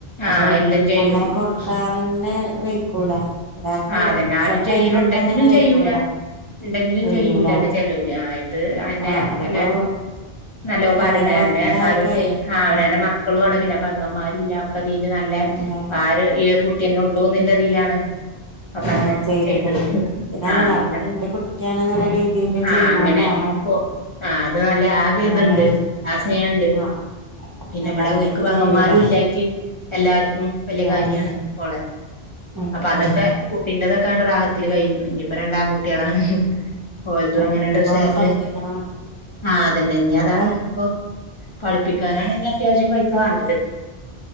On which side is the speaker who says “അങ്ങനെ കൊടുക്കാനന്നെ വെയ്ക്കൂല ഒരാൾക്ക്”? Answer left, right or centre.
Right